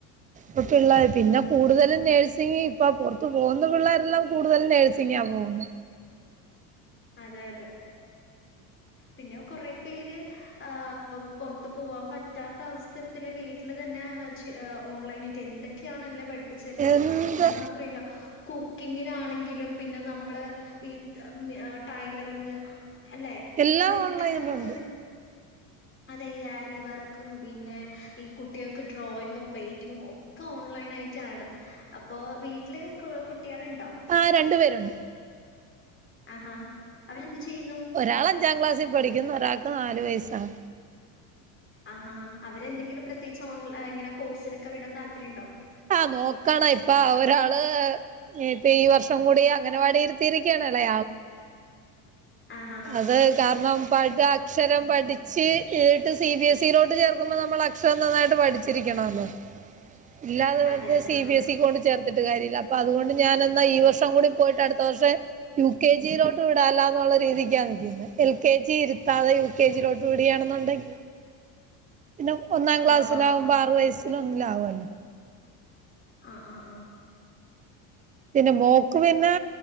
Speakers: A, on the right; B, on the left.
A: ഇപ്പ പിള്ളേർ പിന്നെ കൂടുതലും നേഴ്സിംങ് ഇപ്പൾ പൊർത്ത് പോകുന്ന പിള്ളേരെല്ലാം കൂടുതലും നേഴ്സിങ്ങാണ് പോകുന്നത്.
B: അതെ അതെ പിന്നെ കൊറെ പേര് ആഹ് പൊർത്ത് പോവാൻ പറ്റാത്ത അവസരത്തില് വീട്ടിൽ തന്നെ ചെ ഓൺലൈനി ട്ടെന്തൊക്കെയാണ്ണല്ലേ. <unintelligible>
A: എന്ത്
B: നഴ്സിംഗ് മാത്രല്ല കുക്കിങ്ങിനാണെങ്കിലും പിന്നെ നമ്മള് ഈ ടൈലറിങ് അല്ലെ
A: എല്ലാം
B: ഇതിനൊക്കെ
A: ഓൺലൈനിലുണ്ട്
B: നമുക്ക് അതെ ഈ ആരി വർക്കും പിന്നെ ഈ കുട്ടികൾക്ക് ഡ്രോയിങ്ങും, പെയിന്റിങ്ങും ഒ ക്ക ഓൺലൈൻ ആയിട്ടാണ് അപ്പൊ വീട്ടില് കു കുട്ടികളുണ്ടോ
A: ആ രണ്ടു പേരുണ്ട്
B: ആഹാ അവരെന്ത് ചെയ്യുന്നു
A: ഒരാളഞ്ചാം ക്ലാസ്സിൽ പഠിക്കുന്നു ഒരാൾക്ക് നാല് വയസ്സാണ്
B: ആഹാ ഹാ അവരെന്തെങ്കിലും പ്രത്യേകിച്ച് ഓൺലൈൻ ഇങ്ങനെ കോഴ്സിനൊക്കെ വിടാൻ താൽപ്പര്യോണ്ടോ
A: ആ പ്പ നോക്കണം ഇപ്പ ആ ഒരാള് ഇപ്പ ഈ വർഷം കൂടി അങ്കണവാടിയിലിരുത്തിയിരിക്കയാണലെയാളെ
B: ആഹാ ഹാ
A: അത് കാരണം പ <unintelligible> ക്ഷരം പഠിച്ച് തിട്ട് സി ബി എസ് ഇയിലോട്ട് ചേർക്കുമ്പോൾ നമ്മൾ അക്ഷരം നന്നായിട്ട് പഠിച്ചിരിക്കണമല്ലോ. ഇല്ലാതെ വെർതെ
B: അതെ അതെ
A: സി
B: ആ
A: ബി എസ് ഇ കൊട് ചേർത്തിട്ട് കാര്യല്ല അപ്പൊ അതുകൊണ്ട് ഞാൻ എന്നാ ഈ വർഷം കൂടി പോയിട്ട് അട്ത്ത വർഷം യു കെ ജിയിലോട്ട് വിടാല്ല എന്നുള്ള രീതി റ്റാ നിക്ക്ണ എൽ കെ ജി ഇരുത്താതെ യു കെ ജിയിലോട്ട് വിടിയാണെന്നുണ്ടെങ്കി പിന്നെ ഒന്നാം ക്ലാസ്സിലാകുമ്പോ
B: ആഹാ ഹാ
A: ആറ് വയസ്സിലൊന്നിലാവല്ലോ
B: ആഹ് ആഹ് ആഹ്
A: പിന്നെ മോക്ക് പിന്നെ